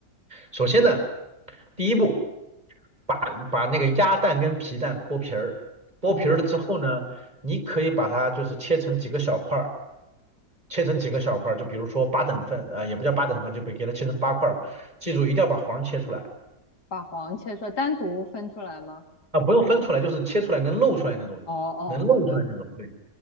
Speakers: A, on the right (about 25°); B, on the left (about 70°).
A: 首先呢，第一步，把把那个鸭蛋跟皮蛋剥皮儿，剥皮儿了之后呢，
B: 哦，
A: 你可以把它就是切成几个小块儿。切成几个小块儿，就比如说八等份，啊，也不叫八等份，就给它切成八块儿。记住，一定要把黄切出来
B: 把黄切出来，单独分出来吗？
A: 啊，不用分出来，就是切出来能露出来那种，
B: 哦哦，
A: 能露出来那种，
B: 好的。
A: 对，